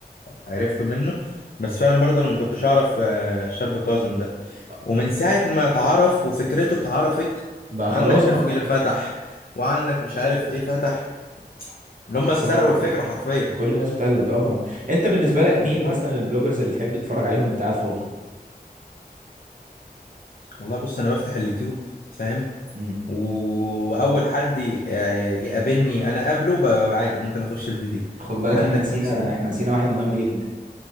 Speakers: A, on the left (about 60°); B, on the right (about 50°).
A: عرفته منه بس فعلا برضه انا ما كنتش اعرف آه، شاب كاظم ده
B: امم
A: ومن ساعه ما اتعرف وفكرته اتعرفت
B: بقى خلاص
A: عندك تفويله
B: بقى
A: فتح وعندك مش عارف ايه فتح اللي هم
B: كل
A: سرقوا الفكره حرفيا
B: كل الناس بتقلد اه طبعا انت بالنسبه لك
A: بالظبط
B: مين مثلا البلوجرز اللي تحب تتفرج عليهم وانت قاعد فاضي
A: والله بص انا بفتح اليوتيوب فاهم
B: امم
A: و- واول حد ي- آه، يقابلني انا قابله ب- عادي ممكن اخش الفيديو
B: خد بالك
A: عندك
B: احنا نسينا
A: مثلا
B: احنا نسينا واحد مهم جدا